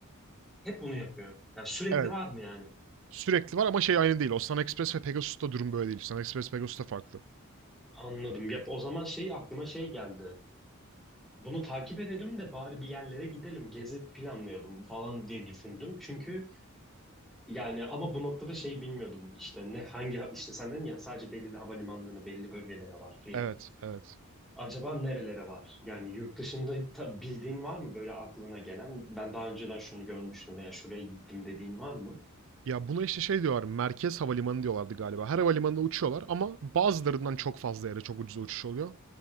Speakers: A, in the centre; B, on the right.
A: hep bunu yapıyor. Yani sürekli
B: Evet.
A: var mı yani?
B: Sürekli var ama şey aynı değil. Osman Express ve Pegasus'ta durum böyle değil. Osman Express Pegasus'ta farklı.
A: Anladım. Ya o zaman şey aklıma şey geldi. Bunu takip edelim de bari bir yerlere gidelim, gezi planlayalım falan diye düşündüm. Çünkü yani ama bu noktada şey bilmiyordum işte ne hangi işte sen dedin ya sadece belirli havalimanlarına belli bölgelere var diye.
B: Evet, evet.
A: Acaba nerelere var? Yani yurt dışında ta- bildiğin var mı böyle aklına gelen? Ben daha önceden şunu görmüştüm veya şuraya gittim dediğin var mı?
B: Ya buna işte şey diyorlar, merkez havalimanı diyorlardı galiba. Her havalimanına uçuyorlar ama bazılarından çok fazla yere çok ucuza uçuş oluyor.